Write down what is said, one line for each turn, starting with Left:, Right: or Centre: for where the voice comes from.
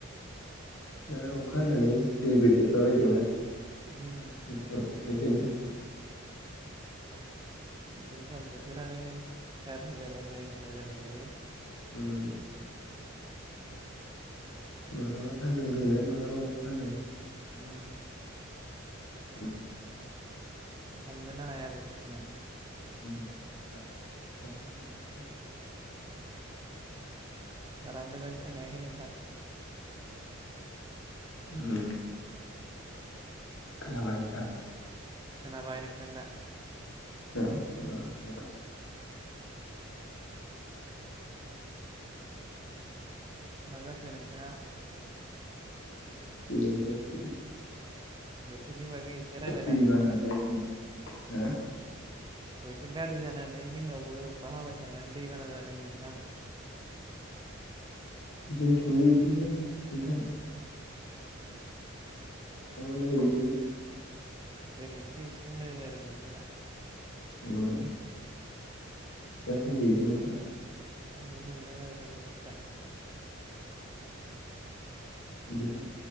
Left: दा अखा हानानै दैबो देरलाबायदोंना
Right: ओम
Left: नोंथां बेखायनो
Right: बिदिनो थटाउन बोथोरानो गाज्रि जालाय मोजां जालाय जाबाय थायो।
Left: उम माब्लाबा सान्दुं दुंनाया माब्लाबा अखा हानाय
Right: उम
Left: <inaudible>
Right: हमनोनो हाया बोथोरखौनो
Left: <unintelligible>
Right: बारा मोजां खोनायाखै नोंथां।
Left: उम खोनाबाय नोंथां।
Right: खोनाबाय नोंथां दा।
Left: <inaudible>
Right: मा जाखो नोंथाङा
Left: <inaudible>
Right: बोथोरनि बागै एसे रायज्लायना
Left: दैबाना
Right: हो नोंथां
Left: जायाखै नामा? हो
Right: बोथोर गाज्रि जानानै जोंनावबो अखा हाबाय थानानै दैबाना जादों नोंथां
Left: जोंथिंबो बिदिनो नोंथां <unintelligible>
Right: दिनैसो एसे मोजां जादों बोथोरा
Left: उम दा सान्दि <inaudible>
Right: सान्दुं दुंदों आरो दिनै बोथोरा।
Left: बिदिनो